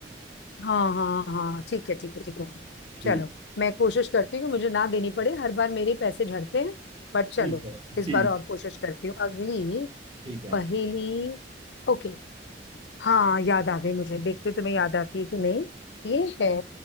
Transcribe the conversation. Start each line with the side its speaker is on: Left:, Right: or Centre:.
Left: हाँ हाँ हाँ हाँ। ठीक है ठीक है ठीक है
Right: ठीक
Left: चलो मैं कोशिश करती हूँ कि मुझे ना देनी पड़े हर बार मेरे पैसे झड़ते हैं बट
Right: ठीक
Left: चलो
Right: है
Left: इस
Right: ठीक
Left: बार और
Right: है
Left: कोशिश करती हूँ अगली
Right: ठीक है
Left: पहेली ओके हाँ याद आ गई मुझे देखते तुम्हें याद आती है कि नहीं ये है